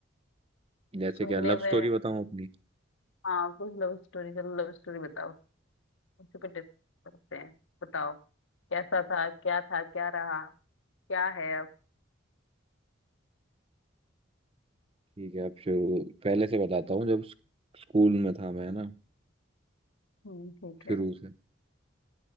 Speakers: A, on the right; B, on the left.
A: जैसे
B: सुनने
A: क्या लव
B: में
A: स्टोरी बताऊं अपनी
B: हाँ कुछ लव स्टोरी चलो लव स्टोरी बताओ उसी पे डिस्कस करते हैं बताओ कैसा था क्या था क्या रहा क्या है अब
A: ठीक है अब शुरू पहले से बताता हूँ जब स्क- स्कूल में था मैं ना
B: हम्म ठीक
A: शुरू
B: है
A: से